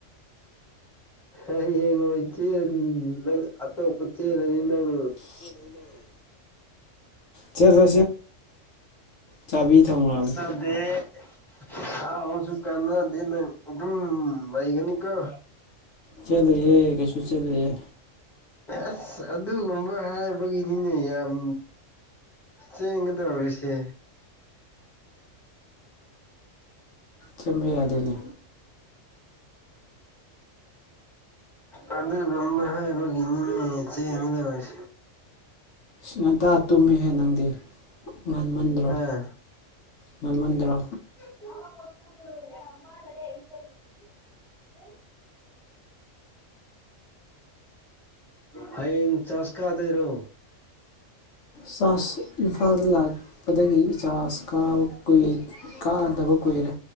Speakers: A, in the centre; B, on the left.
A: ꯍꯌꯦꯡ ꯑꯣꯏ ꯆꯦꯟ ꯅꯪ ꯑꯇꯣꯞꯄ ꯆꯦꯟꯂꯗꯤ ꯅꯪ
B: <inaudible> <unintelligible> ꯆꯥꯕꯤ <unintelligible>
A: <unintelligible> ꯍꯥꯎꯁꯨ ꯀꯥꯟꯅꯗꯦ ꯅꯪ ꯑꯗꯨꯝ ꯂꯩꯒꯅꯤꯀꯣ
B: ꯆꯦꯟꯂꯣꯏꯌꯦ ꯀꯩꯁꯨ ꯆꯦꯟꯂꯣꯏꯌꯦ
A: ꯑꯁ ꯑꯗꯨꯒꯨꯝꯕ ꯍꯥꯏꯕꯒꯤꯅꯤꯅꯦ ꯌꯥꯝ ꯆꯦꯟꯒꯗꯧꯔꯤꯁꯦ
B: ꯆꯦꯟꯕ ꯌꯥꯗꯦꯅꯦ
A: <unintelligible> ꯑꯗꯨꯒꯨꯝꯕ ꯍꯥꯏꯕꯒꯤꯅꯤꯅꯦ ꯆꯦꯟꯒꯗꯣꯏ
B: ꯉꯟꯇꯥ ꯇꯨꯝꯃꯤꯍꯦ ꯅꯪꯗꯤ ꯉꯟꯃꯟ ꯗ꯭ꯔꯣ
A: ꯍꯥ
B: ꯉꯟꯃꯟꯗ꯭ꯔꯣ
A: <unintelligible> ꯍꯌꯦꯡ ꯆꯔꯁ ꯀꯥꯗꯣꯏꯔꯣ
B: ꯆꯥꯁ ꯏꯝꯐꯥꯜꯗ ꯂꯥꯛꯄꯗꯒꯤ ꯏꯆꯥꯥꯖ ꯀꯥꯕ ꯀꯨꯏ ꯀꯥꯗꯕ ꯀꯨꯏꯔꯦ